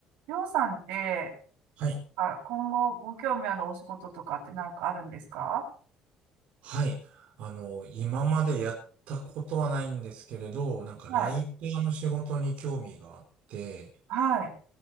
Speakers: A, on the right; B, on the right.
A: りょうさんって、
B: はい。
A: あ、今後ご興味あるお仕事とかってなんかあるんですか
B: はい。あの、今までやったことはないんですけれど、なんかライターの仕事に興味があって、
A: はい。はい。